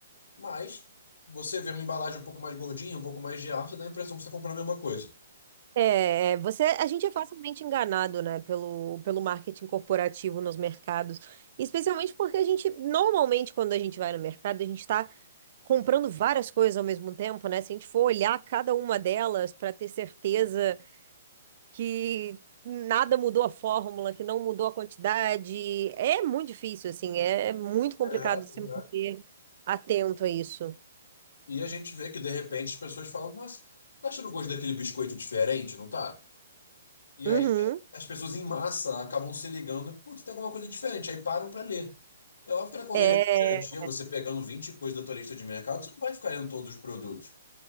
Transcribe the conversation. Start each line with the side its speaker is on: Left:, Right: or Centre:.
Left: Mas você vê uma embalagem um pouco mais gordinha, um pouco mais de ar, você dá a impressão que você está comprando a mesma coisa.
Right: É, você, a gente é facilmente enganado, né, pelo, pelo marketing corporativo nos mercados, especialmente porque a gente, normalmente, quando a gente vai no mercado, a gente está comprando várias coisas ao mesmo tempo, né? Se a gente for olhar cada uma delas para ter certeza que nada mudou a fórmula, que não mudou a quantidade, é muito difícil, assim, é é muito complicado
Left: É, pois
Right: se manter
Left: é.
Right: atento a isso.
Left: E a gente vê que de repente as pessoas falam, mas tá achando o gosto daquele biscoito diferente, não tá? E
Right: Uhum.
Left: aí que as pessoas em massa acabam se ligando, putz, tem alguma coisa diferente, aí param para ler. É óbvio que na correria
Right: É,
Left: do dia a dia, você pegando 20 coisas da tua lista de mercado, você não vai ficar lendo todos os produtos.